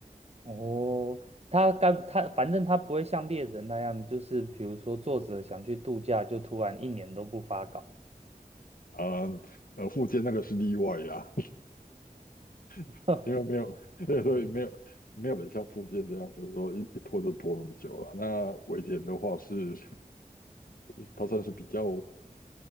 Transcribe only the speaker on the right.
哦，他该他反正他不会像猎人那样，就是比如说作者想去度假，就突然一年都不发稿。
<laughs>